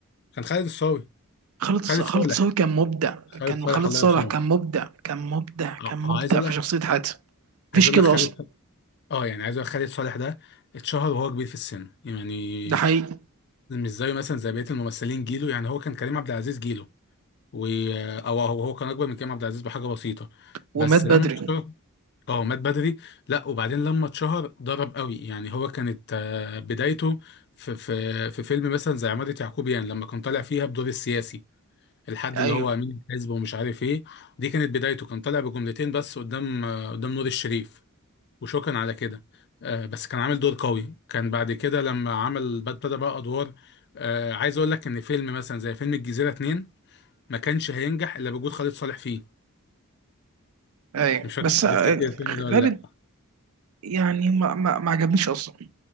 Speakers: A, on the left; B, on the right.
A: كان خالد الصاوي
B: خالد ص-
A: خالد
B: خالد
A: صالح
B: صاوي كان مبدع
A: خالد
B: كان
A: صالح
B: خالد
A: الله
B: صالح
A: يرحمه
B: كان مبدع كان مبدع كان
A: آه،
B: مبدع
A: آه، عايز اقول
B: في شخصيه
A: لك
B: حاتم مفيش
A: عايز اقول
B: كده
A: لك خالد
B: اصلا
A: اه يعني عايز اقول لك خالد صالح ده اتشهر وهو كبير في السن يعني
B: ده حقيقي
A: مش زيه مثلا زي بقيه الممثلين جيله يعني هو كان كريم عبد العزيز جيله و او هو هو كان اكبر من كريم عبد العزيز بحاجه بسيطه
B: ومات
A: بس
B: بدري
A: لما مات اتشهر اه مات بدري لا وبعدين لما اتشهر ضرب قوي يعني هو كانت آه، بدايته في في في فيلم مثلا زي عماده يعقوبيان لما كان طالع فيها بدور السياسي الحد
B: ايوه
A: اللي هو امين الحزب ومش عارف ايه دي كانت بدايته كان طالع بجملتين بس قدام آه، قدام نور الشريف وشكرا على كده آه، بس كان عامل دور قوي كان بعد كده لما عمل بد- بدأ بقى ادوار آه، عايز اقول لك ان فيلم مثلا زي فيلم الجزيره 2 ما كانش هينجح الا بوجود خالد صالح فيه
B: ايوه
A: مش فاكر
B: بس
A: انت
B: آه،
A: تفتكر الفيلم
B: خالد
A: ده ولا لا
B: يعني ما ما, ما عجبنيش اصلا